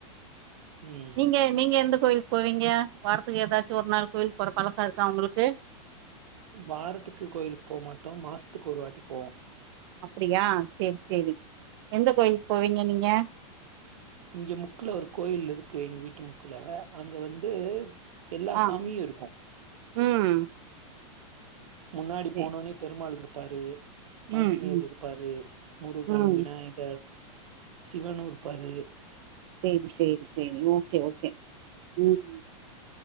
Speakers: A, on the right (about 90°); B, on the right (about 50°).
A: ம்.
B: நீங்க நீங்க எந்த கோயில் போவீங்க வாரத்துக்கு ஏதாச்சு ஒரு நாள் கோயிலுக் போற பழக்கோ இருக்கா உங்களுக்கு
A: வாரத்துக்கு கோயிலுக்கு போ மாட்டோ மாசத்துக்கு ஒரு வாட்டி போவோ
B: அப்டியா செர் செரி எந்த கோயிலுக்கு போவீங்க நீங்க
A: இங்க முக்குல ஒரு கோயில் இருக்கு எங்க வீட்டு முக்குல அங்க வந்து எல்லா
B: ஆ
A: சாமியு இருக்கூ
B: ம்
A: முன்னாடி
B: சேரி
A: போனோனே பெருமாள் இருப் பாரு ஆஞ்சநேயர்
B: ம் ம்
A: இருப்பாரு முருகன்
B: ம்
A: விநாயகர் சிவனூ இருப்பாரு
B: செரி செரி செரி ஓகே ஓகே ம்